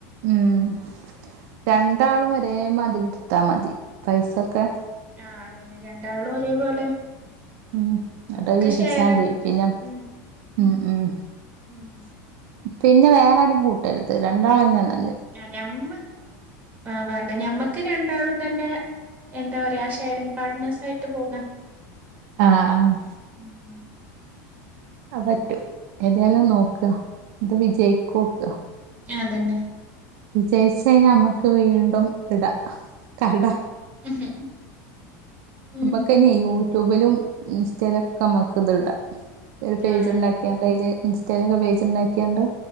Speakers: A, on the right (about 60°); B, on the right (about 15°).
A: ഉം രണ്ടാളും ഒരേ മാതിരി ട്ത്താ മതി പൈസൊക്കെ
B: ആഹ് അതന്നെ രണ്ടാളും ഒരേപോലെ
A: ഉം ഇങ്ങട്ട
B: നമ്മക്ക്
A: ഹ് വീതിച്ചാ
B: ഷെയർ ഇട്ടിട്ട്
A: തീ പിന്നെ
B: ഉം
A: ഉം ഉം
B: ഉം
A: പിന്നെ വേറെ ആരിം കൂട്ടരുത് രണ്ടാളന്നെ ന
B: ആ ഞമ്മ ആ വേണ്ട ഞമ്മക്ക് രണ്ടാളും തന്നെ എന്താ പറയാ ഷെയറിൻ പാർട്നേഴ്സ് ആയിട്ട് പോകാം
A: ആഹ് ആഹ്
B: ഉം
A: അഹ് പറ്റും ഏതായാലും നോക്ക ഇത് വിജയിക്കോക്ക
B: ഞാ തന്നെ
A: വിജയിച്ച് കഴിഞ്ഞാ നമ്മക്ക് വീണ്ടും ഇടാ കട
B: ഉം ഉം
A: നമ്മക്ക് ന്നെ യൂട്യൂബിലും ഇൻസ്റ്റയിലൊ ക്കെ നമ്മക്ക് ഇത് ഇടാ ഒര് പേജ്
B: ആഹ്
A: ണ്ടാക്കിയാൽ ട്ടയില് ഇൻസ്റ്റയിലൊക്ക പേജ് ണ്ടാക്കിയാണ്ട്